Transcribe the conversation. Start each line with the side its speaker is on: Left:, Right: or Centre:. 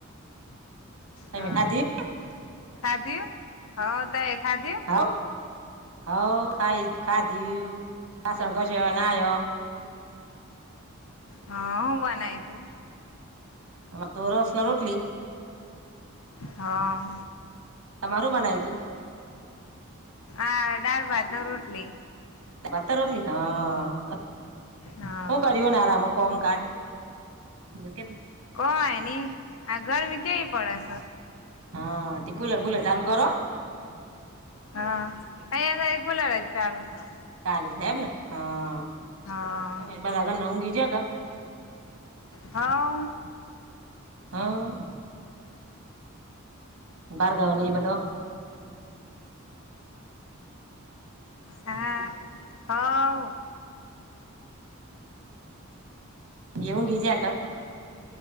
Right: તમે
Left: હા
Right: ખાધી
Left: ખાધ્યુ. હા. તએ ખાદી્
Right: હવ હવ ખાાઈ ખાધીયુ વાસણ ધશયા નાય.
Left: હા હું બનાય તું?
Right: અમારે તો રસના રોટલી
Left: હા.
Right: તમારું બનાય તું,
Left: આ દાળ ભાત ને રોટલી
Right: બતર રોટલી હા
Left: હા
Right: હું કર આરામ કોમ કાજ? કે <unintelligible>
Left: કોય ની આ ઘરમ કેવી પડે છે.
Right: હા તે કુલર બુલર ચાલુ કરો.
Left: હા. અહીયા ખુલા રહે. ચાલું છો.
Right: ચાલુ છે એમને. હા.
Left: હા,
Right: હું કે બધા ઘરના ઊંઘી જ્યા કે
Left: હા.
Right: હમ, બારગાન એ બધ
Left: હા, હ.
Right: હમ એવું ઘીજ ક <unintelligible>